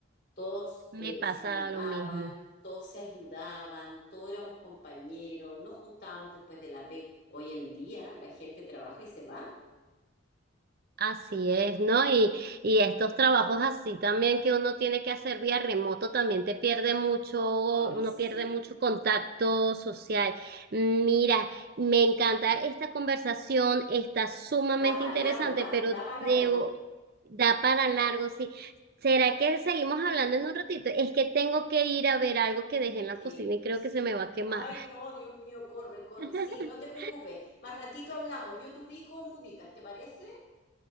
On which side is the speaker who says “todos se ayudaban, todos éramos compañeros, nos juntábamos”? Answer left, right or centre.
Left